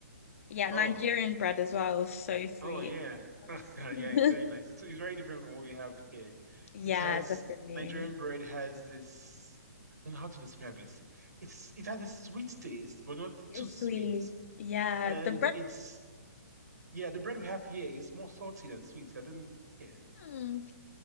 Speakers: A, on the left (about 50°); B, on the right (about 70°).
A: Yeah, Nigerian
B: Oh.
A: bread as well. So sweet.
B: Oh yeah, <laughs> yeah,
A: <laughs>
B: it's very nice. It's it's very different from what we have here.
A: Yeah,
B: It has
A: definitely.
B: Nigerian bread has this. I don't know how to describe it. It's it has a sweet taste, but not
A: It's
B: too sweet.
A: sweet. Yeah,
B: And
A: the bread.
B: it's yeah, the bread we have here is more salty than sweet. I don't yeah.
A: Mm,